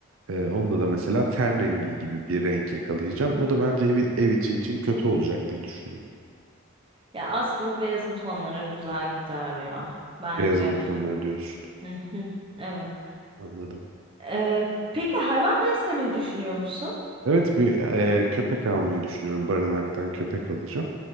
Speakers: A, on the right (about 75°); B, on the right (about 25°).
A: e, onda da mesela ten rengi gibi bir renk yakalayacağım. O da bence ev, ev içi için kötü olacak diye düşünüyorum.
B: Ya aslında beyazın tonları güzel gider ya bence.
A: Beyazın tonları diyorsun.
B: Hı hı, Evet.
A: Anladım.
B: Ee, peki hayvan beslemeyi düşünüyor musun?
A: Evet bir e, köpek almayı düşünüyorum. Barınaktan köpek alacağım.